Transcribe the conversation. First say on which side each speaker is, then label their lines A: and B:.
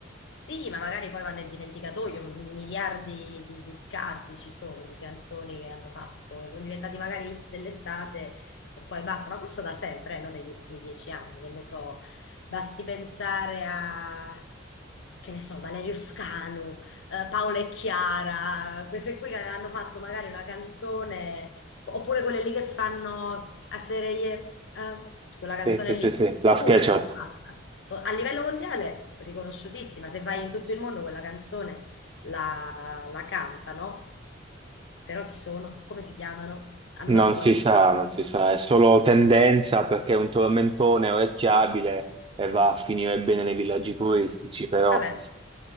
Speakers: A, on the left; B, on the right.
A: sì, ma magari poi va nel dimenticatoio, miliardi di, di- di casi ci sono di canzoni che hanno fatto, sono diventati magari hit dell'estate e poi basta, ma questo da sempre, eh, non negli ultimi dieci anni, che ne so, basti pensare a, che ne so, Valerio Scanu, eh, Paola e Chiara, queste qui che hanno fatto magari una canzone, oppure quelle lì che fanno a serie, eh, quella canzone
B: Sì, sì,
A: lì.
B: sì, sì, la SketchUp.
A: Una ne hanno fatta. So- a livello mondiale, riconosciutissima. Se vai in tutto il mondo, quella canzone la, la cantano. Però chi sono? Come si chiamano? Hanno
B: Non
A: fatto qualcos'altro?
B: si sa, non si sa, è solo tendenza perché è un tormentone orecchiabile e va a finire bene nei villaggi turistici, però
A: Vabbè,